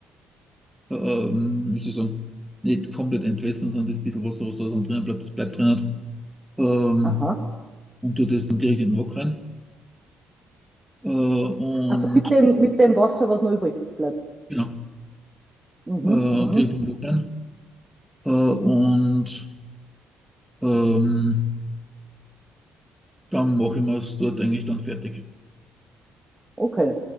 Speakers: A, in the centre; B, on the right.
A: ähm, wie soll ich sagen, nicht komplett entwässern, sondern das bisschen Wasser, was da drin bleibt, das bleibt drin. Hat. Ähm,
B: aha.
A: und tue das dann direkt in den Wok rein. Äh, und
B: Also mit dem, mit dem Wasser, was noch übrig bleibt.
A: genau,
B: Mhm,
A: äh,
B: mhm,
A: direkt in den Wok rein. Äh, und ähm, dann mache ich mir es dort eigentlich dann fertig.
B: okay.